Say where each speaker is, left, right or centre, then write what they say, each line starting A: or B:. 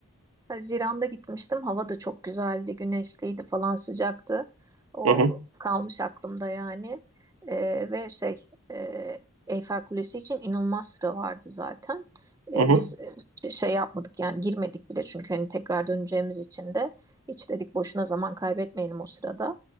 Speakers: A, on the right; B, on the right.
A: Haziran'da gitmiştim. Hava da çok güzeldi, güneşliydi falan sıcaktı. O
B: Hı hı,
A: kalmış aklımda yani. Ee, ve şey e, Eyfel Kulesi için inanılmaz sıra vardı zaten. Ee,
B: hı hı.
A: biz e, şey yapmadık yani girmedik bile çünkü hani tekrar döneceğimiz için de hiç dedik boşuna zaman kaybetmeyelim o sırada.